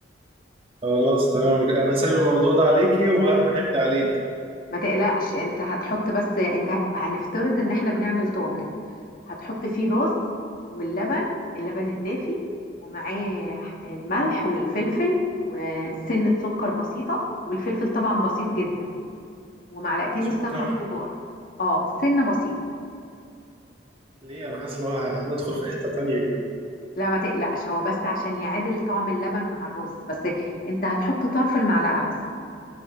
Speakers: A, on the right; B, on the left.
A: خلاص تمام انا سايب الموضوع ده عليكي وهرمي حمد عليكي
B: ما تقلقش انت هتحط بس انت ه- هنفترض ان احنا بنعمل طاجن هتحط فيه الرز واللبن اللبن الدافي ومعاه الملح والفلفل وسنة سكر بسيطة والفلفل طبعا بسيط جدا ومعلقتين
A: سكر
B: السمنة الكبار اه سنة بسيطة
A: ليه انا حاسس ان هو ه- هندخل في حتة تانية كده
B: لا ما تقلقش هو بس عشان يعادل طعم اللبن مع الرز بس انت هتحط طرف المعلقة بس